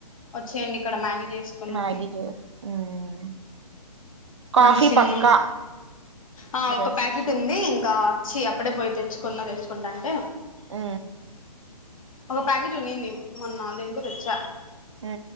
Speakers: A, on the left; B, on the right.
A: ఒచ్చేయండి ఇక్కడ మ్యాగీ చేస్కుందాం
B: మ్యాగీ చేస్ హ్మ్. కాఫీ
A: మంచి సిన్మ
B: పక్కా
A: ఆ ఒక
B: రేపు
A: ప్యాకెట్ ఉంది ఇంకా చీ అప్పుడే పోయి తెచ్చుకున్న తెచ్చుకుంటంటే
B: ఉ
A: ఒక ప్యాకెట్ ఉన్నింది మొన్న దేనికో దెచ్చ
B: హు